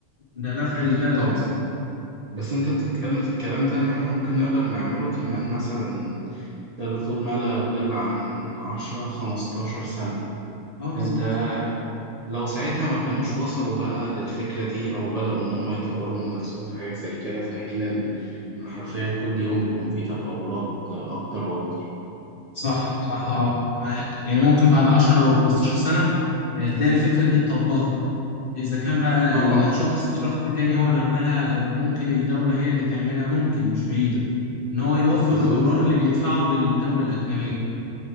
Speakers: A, on the left; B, on the right.
A: ده نفع
B: أكيد
A: البلد
B: طبعا بس أنت بتتكلم في الكلام ده إن إحنا ممكن نقدر نعمله كمان مثلا تقدر تقول ما لا يقل عن عشرة خمستاشر سنة
A: اه
B: فأنت
A: بالظبط
B: لو ساعتها ما كانوش وصلوا بقى للفكرة دي أو بدأوا إن هم يطوروا من نفسهم في حاجة زي كده في حين إن إن حرفيا كل يوم بيكون فيه تطورات أكتر وأكتر
A: صح صح اه معاك يعني ممكن بعد 10 او 15 سنه آه، تلاقي الفكره دي اتطبقت إذا كان بقى
B: طبعا
A: الشخص شخص تاني هو اللي عملها أو ممكن الدولة هي اللي تعملها ممكن مش بعيدة إن هو يوفر
B: بالظبط
A: الدولار اللي بيدفعه للدولة الأجنبية